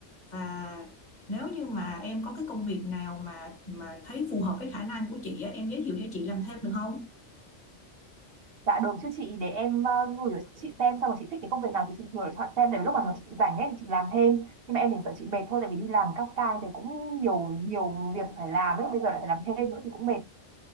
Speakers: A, on the left (about 40°); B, on the right (about 55°).
A: và nếu như mà em có cái công việc nào mà mà thấy phù hợp với khả năng của chị á, em giới thiệu cho chị làm thêm được không
B: Dạ được chứ chị để em ờ, gửi cho chị xem xong rồi chị thích cái công việc nào thì chị thử chọn xem tại vì lúc mà chị rảnh ấy thì chị làm thêm. Nhưng mà em thì sợ chị mệt thôi tại vì đi làm các ca thì cũng nhiều nhiều việc phải làm ấy, bây giờ lại phải làm thêm nữa thì cũng mệt.